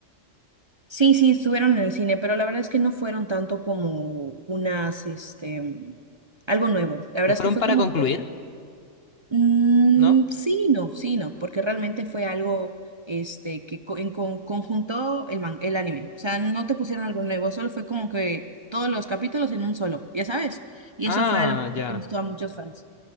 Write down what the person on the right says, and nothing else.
Sí, sí, estuvieron en el cine, pero la verdad es que no fueron tanto como unas, este, mm, algo nuevo. La verdad
es que fue
como
que, mm,
sí, no, sí, no, porque realmente fue algo, este, que co- en con- conjuntó el man- el anime. O sea, no te pusieron algo nuevo, solo fue como que todos los capítulos en un solo, ya sabes. Y
eso fue algo
que gustó a muchos fans.